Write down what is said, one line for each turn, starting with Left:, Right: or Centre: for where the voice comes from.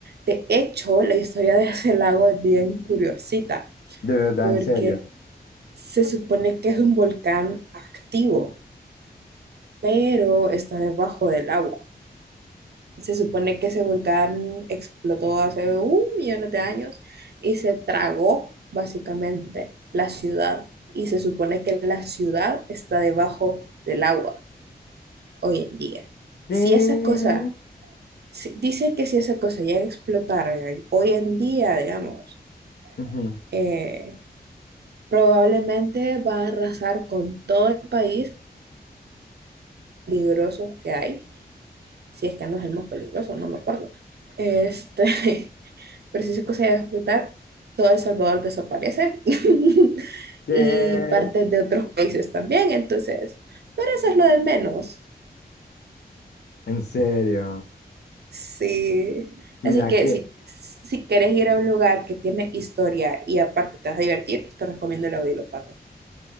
Right: De hecho, la historia de ese lago es bien curiosita
Left: De verdad,
Right: porque
Left: en serio.
Right: se supone que es un volcán activo, pero está debajo del agua. Se supone que ese volcán explotó hace un millón de años y se tragó básicamente la ciudad. Y se supone que la ciudad está debajo del agua hoy en día.
Left: ¿Qué?
Right: Si esa cosa, si- dicen que si esa cosa llega a explotar eh, hoy en día, digamos,
Left: Ujú,
Right: eh, probablemente va a arrasar con todo el país peligroso que hay, si es que no es el más peligroso, no me acuerdo. Este, <laughs> pero si esa cosa llega a explotar, todo El Salvador desaparece <laughs>
Left: ¿Qué?
Right: y partes de otros países también, entonces, pero eso es lo de menos.
Left: En serio.
Right: Sí,
Left: Mira
Right: así que
Left: que,
Right: si, si quieres ir a un lugar que tiene historia y aparte te vas a divertir, te recomiendo la Pago.